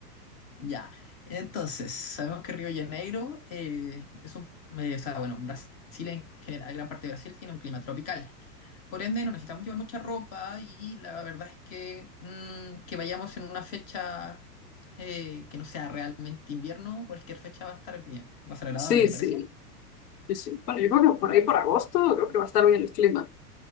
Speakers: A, on the left; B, on the left.
A: Ya, entonces, sabemos que Río de Janeiro eh, es un, eh, o sea, bueno, Brasil en general, gran parte de Brasil tiene un clima tropical. Por ende, no necesitamos llevar mucha ropa y la verdad es que mm, que vayamos en una fecha eh, que no sea realmente invierno, cualquier fecha va a estar bien, va a ser agradable,
B: sí,
A: ¿te
B: sí,
A: parece?
B: sí, sí. Bueno, yo creo que por ahí por agosto creo que va a estar bien el clima.